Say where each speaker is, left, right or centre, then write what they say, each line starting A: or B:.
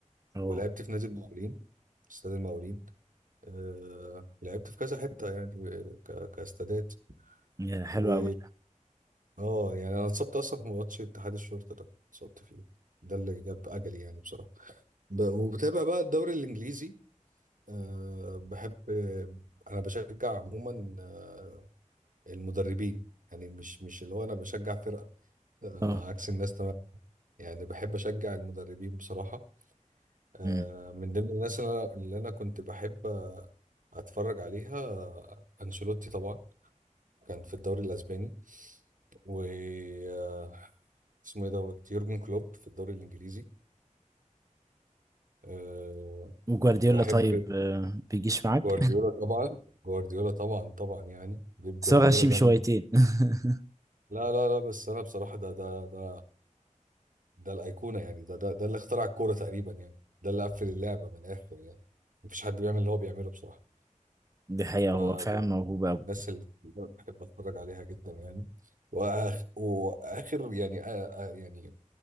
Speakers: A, on the right (about 25°); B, on the right (about 80°).
A: اه
B: ولعبت في نادي المقاولين استاد المقاولين آه لعبت في كذا حته يعني آه، ك- كاستادات
A: يا حلو
B: و
A: قوي
B: اه يعني انا اتصبت اصلا في ماتش اتحاد الشرطه ده اتصبت فيه ده اللي جاب اجلي يعني بصراحه ب- وبتابع بقى الدوري الانجليزي أه بحب آه، انا بشجع عموما آه، المدربين يعني مش مش اللي هو انا بشجع فرقه لا، انا
A: اه
B: عكس الناس تمام يعني بحب اشجع المدربين بصراحه أه
A: أمم.
B: من ضمن الناس اللي انا اللي أنا كنت بحب آه، اتفرج عليها آه، انشيلوتي طبعا كان في الدوري الاسباني و آه، اسمه ايه دوت يورجن كلوب في الدوري الانجليزي أه
A: وجوارديولا
B: وبحب
A: طيب آه، بيجيش معاك
B: جوارديولا طبعا جوارديولا طبعا طبعا يعني
A: <laughs>
B: بيب جوارديولا
A: بس هو غشيم
B: ده
A: شويتين
B: من
A: <laughs>
B: لا لا لا بس انا بصراحه ده ده ده ده الايقونه يعني ده ده ده اللي اخترع الكوره تقريبا يعني ده اللي قفل اللعبه من الاخر يعني مفيش حد بيعمل اللي هو بيعمله بصراحه
A: دي حقيقة
B: فجوارديولا
A: هو فعلا موهوب
B: الناس اللي أنا بحب اتفرج عليها جدا يعني وآخ واخر يعني آه آه يعني